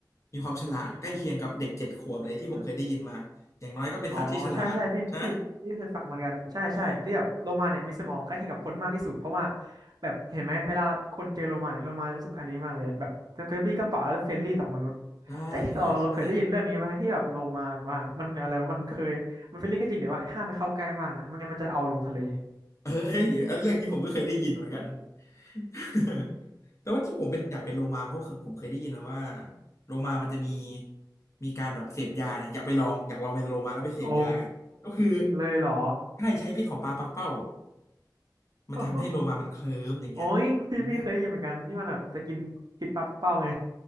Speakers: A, on the left (about 40°); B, on the right (about 60°).
A: มีความฉลาดใกล้เคียงกับเด็กเจ็ดขวบเลยที่ผมเคยได้ยินมาอย่างน้อยก็เป็นสัตว์ที่ฉลาดใช่ไหม
B: อืม อ๋อใช่ใช่พี่พี่พี่เคยฟังเหมือนกันใช่ใช่ที่แบบโลมาเนี่ยมีสมองใกล้เคียงกับคนมากที่สุดเพราะว่า
A: เออ
B: แบบเห็นไหมเวลาคนเจอโลมาเนี่ยโลมารู้สึกอันนี้มากเลยแบบคือพี่ก็เปล่าแล้วเฟรนลี่ต่อมนุษย์
A: ใช่ใช่ใช่
B: แต่เราเราเคยได้ยินเรื่องนี้ไหมที่แบบโลมาว่ามันอะไรวะมันเคยมันเฟรนลี่ก็จริงแต่ว่าห้ามไปเข้าใกล้มากนะไม่งั้นมันจะเอาลงทะเล
A: เฮ้ยอันเรื่องนี้ผมก็เคยได้ยินเหมือนกัน <laughs> แต่ว่าที่ผมเป็นอยากเป็นโลมาเพราะคือผมเคยได้ยินมาว่าโลมามันจะมีมีการแบบเสพยาเนี่ยอยากไปลองอยากลองเป็นโลมาแล้วไปเสพยา
B: โอ้
A: ก็คือ
B: เลยเหรอ
A: ใช้ใช้พิษของปลาปักเป้ามันจะทำให้โลมามันเคลิ้มอย่างเงี้ยเออ
B: <laughs> โอ้ยพี่พี่เคยได้ยินเหมือนกันที่มันแบบจะกินกินปลาเป้าไง